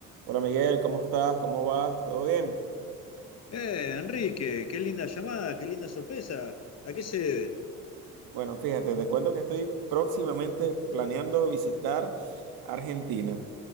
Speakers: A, on the right (about 70°); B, on the left (about 45°).
A: Hola Miguel, ¿cómo estás? ¿Cómo vas? ¿Todo bien?
B: Eh, Enrique, qué linda llamada, qué linda sorpresa. ¿A qué se debe?
A: Bueno, fíjate, te cuento que estoy próximamente planeando visitar Argentina.